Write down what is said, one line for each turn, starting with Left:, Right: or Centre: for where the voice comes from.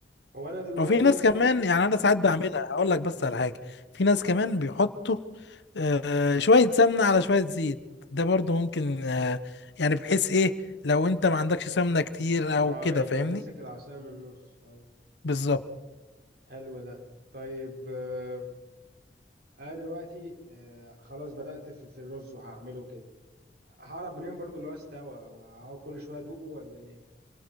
Right: هو انا دلوقتي
Left: وفي ناس
Right: مثلا
Left: كمان يعني انا ساعات بعملها هقول لك بس
Right: مم.
Left: على حاجه في ناس كمان بيحطوا آه، شويه سمنه على شويه زيت ده برضو ممكن آه، يعني بحيث ايه لو انت ما عندكش سمنه كتير
Right: اه
Left: او كده
Right: يبقى
Left: فاهمني
Right: مسك العصاية من النص او
Left: بالظبط
Right: حلو ده طيب آه، انا دلوقتي آه، خلاص بدأت في في الرز وهعمله كده هعرف منين برضو اللي هو استوى وهو كل شوية ادوقه ولا ايه